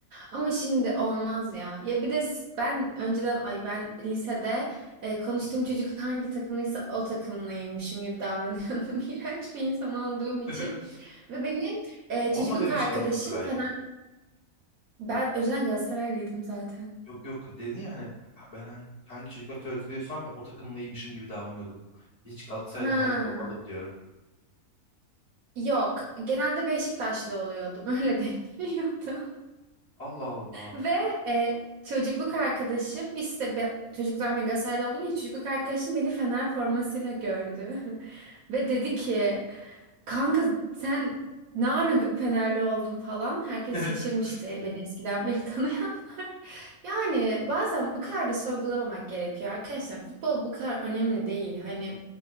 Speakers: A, on the right; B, on the left.
A: Ama şimdi olmaz ya. Ya bir de s- ben önceden ay ben lisede e, konuştuğum çocuk hangi takımlıysa o takımlıymışım gibi davranıyordum. <laughs> İğrenç bir insan olduğum için.
B: <laughs>
A: Ve benim e,
B: Olmadım
A: çocukluk arkadaşım
B: hiç Galatasaray'la.
A: Fener... Ben önceden Galatasaraylıydım zaten.
B: Yok yok dedin ya hani ben hangi, hangi çocukla flört ediyorsam ben o takımlıymışım gibi davranıyordum. Hiç Galatasaray
A: Ha.
B: daha önce olmadım diyorum.
A: Yok. Genelde Beşiktaşlı oluyordum. <laughs> Öyle denk geliyordu.
B: Allah Allah.
A: Ve e, çocukluk arkadaşım, biz de be- çocukluktan ben Galatasaraylı olduğum için çocukluk arkadaşım beni Fener formasıyla gördü. <laughs> Ve dedi ki kanka sen ne ara Fenerli oldun falan. Herkes
B: <laughs>
A: şaşırmıştı beni eskiden beri <laughs> tanıyanlar. Yani bazen bu kadar da sorgulamamak gerekiyor arkadaşlar. Futbol bu kadar önemli değil. Hani